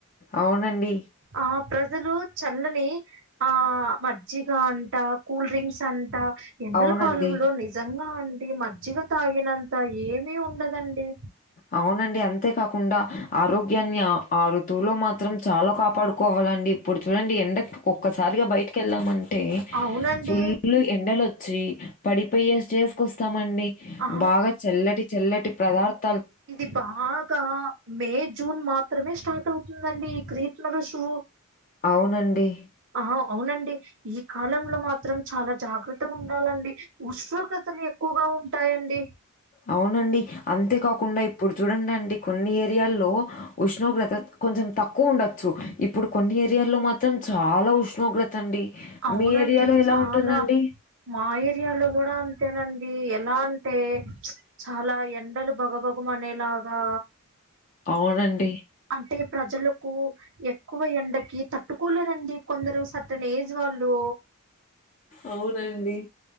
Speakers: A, on the left (about 35°); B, on the right (about 55°).
A: అవునండి.
B: ఆ ప్రజలు చల్లని ఆ మజ్జిగ అంటా కూల్ డ్రింక్స్ అంటా ఎండల
A: అవునండి.
B: కాలంలో నిజంగా అండి మజ్జిగ తాగినంత ఏమి ఉండదండి
A: అవునండి అంతేకాకుండా ఆరోగ్యాన్ని ఆ ఆ ఋతువులో మాత్రం చాలా కాపాడుకోవాలండి ఇప్పుడు చూడండి ఎండ ఒక్కసారిగా బయటికి వెళ్ళామంటే
B: అవునండి
A: ఫుల్ ఎండలు వ వచ్చ పడిపోయ చేసుకొస్తామండి
B: ఆ
A: బాగా చల్లటి చెల్లటి పదార్థ
B: ఇది బాగా మే జూన్ మాత్రమే స్టార్ట్ అవుతుందండి ఈ గ్రిష్మ రూతువు
A: అవునండి
B: ఆ అవునండి ఈ కాలంలో మాత్రం చాలా జాగ్రత్తగా ఉండాలండి ఉష్ణోగ్రతలు ఎక్కువగా ఉంటాయండి
A: అవునండి అంతే కాకుండా ఇప్పుడు చూడండి అండి కొన్ని ఏరియాల్లో ఉష్ణోగ్రత కొంచెం తక్కువ ఉండొచ్చు ఇప్పుడు కొన్ని ఏరియాల్లో మాత్రం చాలా ఉష్ణోగ్రత అండి
B: అవునండి
A: మీ ఏరియాలో ఎలా
B: చాలా
A: ఉంటుందండి
B: మా ఏరియాలో కూడా అంతేనండి ఎలా అంటే చ్ చాలా ఎండలు బగబగం అనేలాగా
A: అవునండి.
B: అంటే ప్రజలు కో ఎక్కువ ఎండకి తట్టుకోలేరండి కొందరు సర్టన్ ఏజ్ వాళ్ళు
A: అవునండి